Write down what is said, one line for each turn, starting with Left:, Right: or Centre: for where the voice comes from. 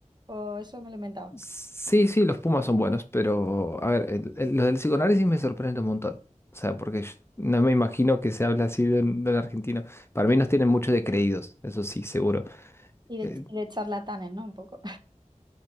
Right: O eso me lo he inventado.
Left: Sí, sí, los Pumas son buenos, pero a ver, el- el- lo del psicoanálisis me sorprende un montón. O sea, porque yo no me imagino que se habla así de un, de un argentino. Para mí nos tienen mucho de creídos, eso sí, seguro.
Right: Y de,
Left: Eh,
Right: y de charlatanes, ¿no? Un poco.